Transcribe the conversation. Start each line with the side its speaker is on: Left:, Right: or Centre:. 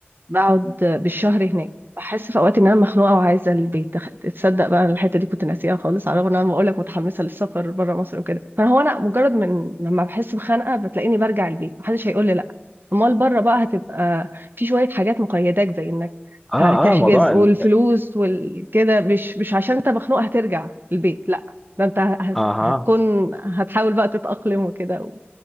Right: بقعد بالشهر هناك بحس في اوقات ان انا مخنوقه وعايزه البيت تخ- تصدق بقى أنا الحته دي كنت ناسيها خالص على الرغم ان انا بقول لك متحمسه للسفر بره مصر وكده فهو انا مجرد من لما بحس بخنقه بتلاقيني برجع البيت محدش هيقول لي لا امال بره بقى هتبقى في شويه حاجات مقيداك زي انك
Centre: اه
Right: هتحجز
Centre: اه موضوع
Right: والفلوس
Centre: ال-
Right: والكده مش مش عشان انت مخنوق هترجع البيت لا ده انت هت-
Centre: اها
Right: هتكون هتحاول بقى تتأقلم وكده